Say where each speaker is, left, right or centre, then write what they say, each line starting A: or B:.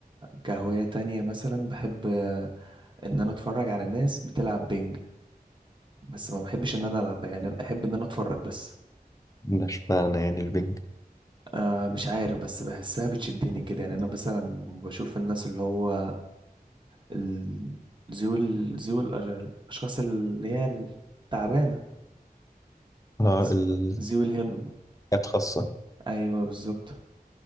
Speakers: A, on the right; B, on the left.
A: كهواية تانية مثلا بحب آه، ان انا اتفرج على الناس بتلعب بينج بس ما بحبش ان انا العب يعني انا احب ان انا اتفرج بس
B: ده اشمعنى يعني البنج
A: آه مش عارف بس بحسها بتشدني كده يعني انا مثلا بشوف الناس اللي هو ال- ذوي ذوي الاشخاص اللي هي التعبانه
B: اه
A: ز-
B: ال-
A: ذوي الهمم
B: حاجات خاصة
A: ايوه بالظبط